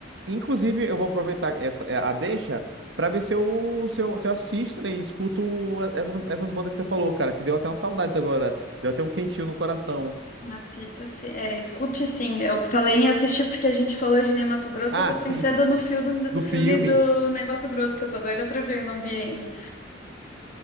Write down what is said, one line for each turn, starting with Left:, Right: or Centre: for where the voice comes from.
Right: inclusive, eu vou aproveitar essa, é, a deixa pra ver se eu, se eu, se eu assisto, né, e escuto a- essas, essas bandas que você falou, cara, que deu até umas saudades agora, deu até um quentinho no coração.
Left: Assista, sim. É, escute sim. Eu falei em assistir porque a gente falou de Ney Matogrosso.
Right: Ah,
Left: Eu tô pensando
Right: sim,
Left: no filme,
Right: do
Left: o filme
Right: filme.
Left: do Ney Matogrosso, que eu tô doida pra ver, não vi ainda.